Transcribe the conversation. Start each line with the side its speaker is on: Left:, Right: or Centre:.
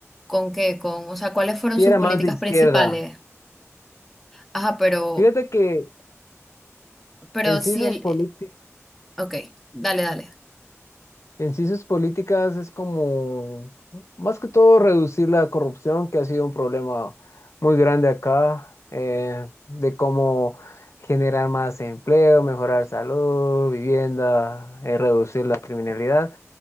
Centre: con qué, con, o sea, ¿cuáles fueron
Left: Sí,
Centre: sus
Left: era
Centre: políticas
Left: más de izquierda.
Centre: principales? Ajá, pero,
Left: Fíjate que
Centre: pero
Left: en sí
Centre: si
Left: sus
Centre: el,
Left: políti-
Centre: Ok, dale, dale.
Left: en sí sus políticas es como, más que todo, reducir la corrupción, que ha sido un problema muy grande acá, eh, de cómo generar más empleo, mejorar salud, vivienda, eh, reducir la criminalidad.